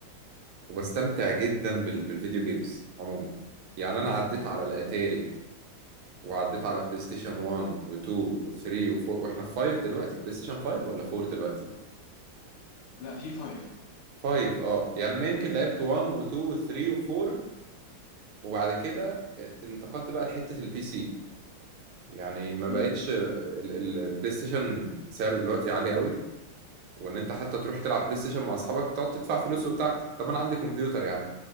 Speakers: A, on the right (about 80°); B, on the left (about 85°).
A: وبستمتع جدا بال... بالفيديو جيمز عموما يعني انا عديت على الاتاري وعديت على بلاي ستيشن 1 و2 و3 و4 واحنا في 5 دلوقتي بلاي ستيشن 5 ولا 4 دلوقتي
B: لا في فايف
A: 5 اه يعني انا يمكن لعبت 1 و2 و3 و4 وبعد كده آه، انتقلت بقى لحتة البي سي يعني ما
B: مم.
A: بقتش ال- ال- البلاي ستيشن سعره دلوقتي عالي قوي وان انت حتى تروح تلعب بلاي ستيشن مع اصحابك تقعد تدفع فلوس وبتاع طب انا عندي كمبيوتر يعني